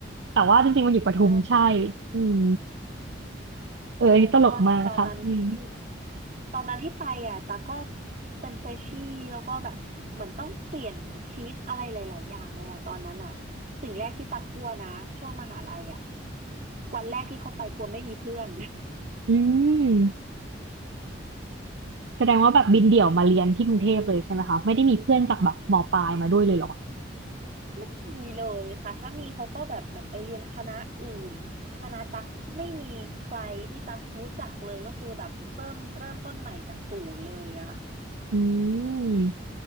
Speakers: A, on the right; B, on the right.
A: แต่ว่าจริงๆมันอยู่ปทุมใช่
B: ใช่
A: อืมเอออันนี้ตลกมากค่ะอืม
B: ใช่ก็ตอนนั้นที่ตอนนั้นที่ไปอ่ะตาก็เป็นเฟรชชี่แล้วก็แบบเหมือนต้องเปลี่ยนชีวิตอะไรหลายๆอย่างเลยอ่ะตอนนั้นอ่ะสิ่งแรกที่ตากลัวนะช่วงมหาลัยอ่ะวันแรกที่เขาไปกลัวไม่มีเพื่อน
A: อืมแสดงว่าแบบบินเดี่ยวมาเรียนที่กรุงเทพเลยใช่ไหมคะไม่ได้มีเพื่อนจากแบบมปลายมาด้วยเลยเหรอ
B: อืมไม่มีเลยค่ะถ้ามีเขาก็แบบเหมือนไปเรียนคณะอื่นคณะตักไม่มีใครที่ตักรู้จักเลยก็คือแบบเริ่มเริ่มต้นใหม่จากศูนย์เลยอะ
A: อืม